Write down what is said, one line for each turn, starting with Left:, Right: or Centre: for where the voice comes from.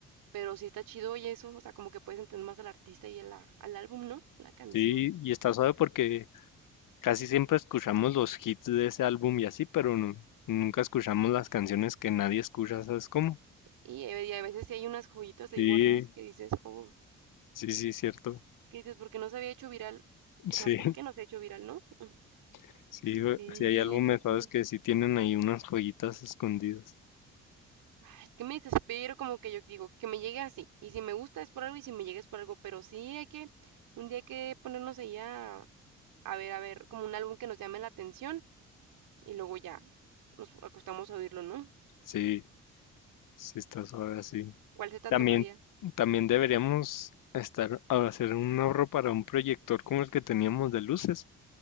Right: pero sí está chido y eso, o sea, como que puedes entender más al artista y a la- al álbum, ¿no? La canción.
Left: Sí, y está suave porque casi siempre escuchamos los hits de ese álbum y así, pero nu- nunca escuchamos las canciones que nadie escucha, ¿sabes cómo?
Right: Y, eh, y a veces sí hay unas joyitas ahí
Left: Sí,
Right: guardadas que dices, oh.
Left: sí, sí, cierto.
Right: que dices, ¿por qué no se había hecho viral?
Left: Sí,
Right: O sea, ¿por qué no se ha hecho viral, no? Mm.
Left: <laughs> sí, güey,
Right: Sí,
Left: sí hay álbumes
Right: está chido.
Left: suaves que sí tienen ahí unas joyitas escondidas.
Right: Ay, Es que me desespero como que yo digo, que me llegue así. Y si me gusta es por algo y si me llega es por algo. Pero sí hay que, un día hay que ponernos ahí a, a ver, a ver, como un álbum que nos llame la atención y luego ya nos acostamos a oírlo, ¿no?
Left: Sí, sí está suave así.
Right: ¿Cuál se te
Left: También,
Right: antojaría?
Left: también deberíamos estar a hacer un ahorro para un proyector como el que teníamos de luces.